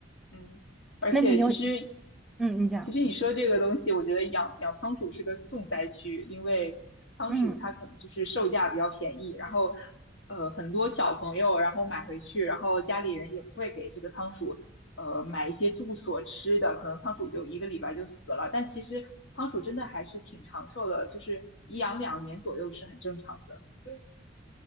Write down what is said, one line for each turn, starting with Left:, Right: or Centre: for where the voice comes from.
Left: 嗯，而且其实，
Centre: 那你有嗯，你讲
Left: 其实你说这个东西，我觉得养养仓鼠是个重灾区，因为仓鼠它可能就是售价比较便宜，
Centre: 嗯。
Left: 然后呃很多小朋友然后买回去，然后家里人也不会给这个仓鼠呃买一些住所吃的，可能仓鼠就一个礼拜就死了。但其实仓鼠真的还是挺长寿的，就是颐养两年左右是很正常的。对，